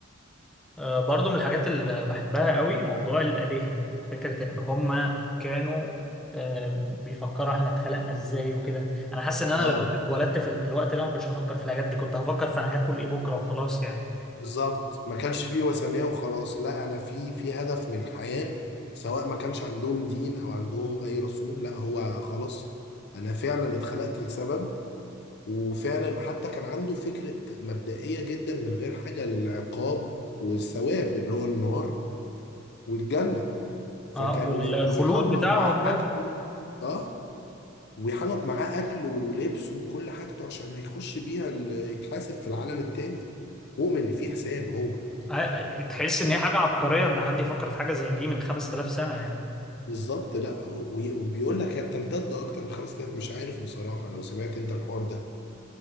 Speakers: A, in the centre; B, on the left (about 55°).
A: آه برضو من الحاجات اللي بحبها قوي موضوع الالهه فكره ان هم كانوا آه بيفكروا احنا اتخلقنا ازاي وكده انا حاسس ان انا
B: اه
A: لو كنت اتولدت في الوقت ده ما كنتش هفكر في الحاجات دي كنت هفكر في انا هاكل ايه بكره وخلاص يعني
B: بالظبط ما كانش فيه وثنية وخلاص لا انا في في هدف من الحياة سواء ما كانش عندهم دين او عندهم اي رسول لا هو خلاص انا فعلا اتخلقت لسبب وفعلا حتى كان عنده فكرة مبدئية جدا من غير حاجة للعقاب والثواب اللي هو النار والجنة فكان
A: اه والخلود
B: بيحنط
A: بتاعهم
B: معاه حاجته
A: ده
B: اه ويحنط معاه اكله ولبسه وكل حاجته عشان هيخش بيها ال- يتحاسب في العالم التاني مؤمن ان في حساب هو
A: آه، تحس ان هي حاجه عبقريه ان حد يفكر في حاجه زي دي من 5000 سنه يعني
B: بالظبط لا وي- وبيقول لك هي بتمتد اكتر من 5000 مش عارف بصراحه لو سمعت انت الحوار ده